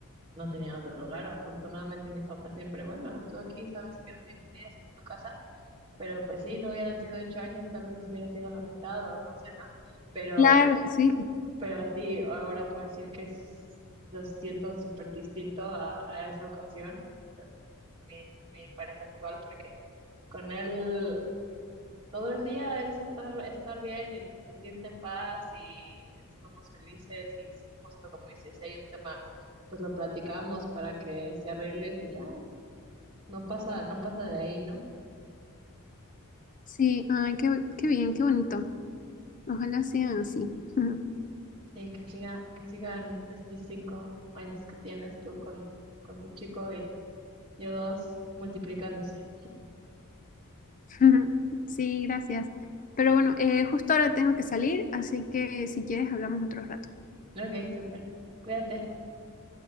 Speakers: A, on the right (about 25°); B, on the left (about 35°).
A: no tenía otro lugar. Afortunadamente mis papás siempre, bueno, tú aquí sabes que eres bienvenida, esta es tu casa. Pero pues sí, no hubieran sido ocho años, tal vez hubiera sido la mitad o no sé, ¿no? Pero,
B: claro, sí.
A: pero sí, ahora puedo decir que s- lo siento súper distinto a, a esa ocasión, mi, mi pareja actual, porque con él. Todo el día es estar, estar bien y sentirte en paz y estamos felices y si justo como dices, si hay un tema, pues lo platicamos para que se arreglen y ya, no pasa, no pasa de ahí, ¿no?
B: Sí, ay, qué, qué bien, qué bonito. Ojalá sean así. <laughs>
A: Sí, que siga, que sigan estos cinco años que tienes tú con, con tu chico y yo dos multiplicándose.
B: Ujú. Sí, gracias. Pero bueno, eh, justo ahora tengo que salir, así que si quieres hablamos otro rato.
A: Ok, súper. Cuídate.